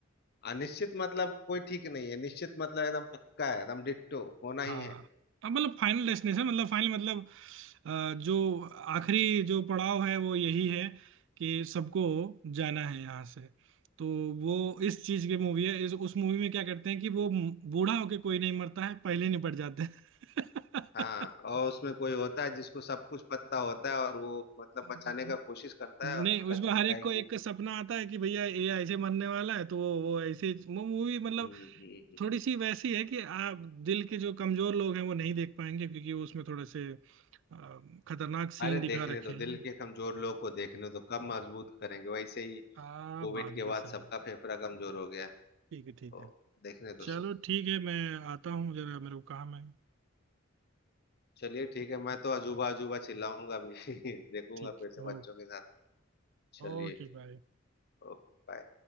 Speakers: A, on the left; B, on the right.
A: अनिश्चित मतलब कोई ठीक नहीं है निश्चित मतलब एकदम पक्का है एकदम डिट्टो होना
B: हाँ
A: ही है
B: अब मतलब फाइनल डेस्टिनेशन मतलब फाइनल मतलब अ, जो आखिरी जो पड़ाव है वो यही है कि सबको जाना है यहाँ से तो वो इस चीज की मूवी है इस उस मूवी में क्या करते हैं कि वो बूढ़ा होके कोई नहीं मरता है पहले निपट जाते हैं
A: हाँ और उसमें कोई होता है जिसको सब कुछ पता होता है और वो मतलब
B: <laughs>
A: बचाने का कोशिश करता
B: नहीं
A: है और पता
B: उसमें
A: चलता
B: हर एक
A: है
B: को
A: कि
B: एक सपना आता है कि भैया ये ऐसे मरने वाला है तो वो वो ऐसे ही- वो मूवी मतलब
A: हम्म, हम्म, हम्म।
B: थोड़ी सी वैसी है कि आप दिल के जो कमजोर लोग हैं वो नहीं देख पाएंगे क्योंकि वो उसमें थोड़े से अम, खतरनाक सीन
A: अरे देखने
B: दिखा रखे
A: दो दिल
B: हैं
A: के कमजोर लोग को देखने दो कब मजबूत करेंगे वैसे ही
B: आ
A: कोविड
B: बात
A: के
B: भी
A: बाद
B: सही
A: सबका
B: है
A: फेफड़ा कमजोर हो गया
B: ठीक है
A: तो
B: ठीक है
A: देखने दो
B: चलो
A: सब
B: ठीक है मैं आता हूँ जरा मेरे को काम है
A: चलिए ठीक है मैं तो अजूबा अजूबा चिल्लाऊंगा अभी <laughs> देखूंगा
B: ठीक
A: फिर से
B: ओ
A: बच्चों के साथ चलिए
B: ओके बाय
A: ओके बाय।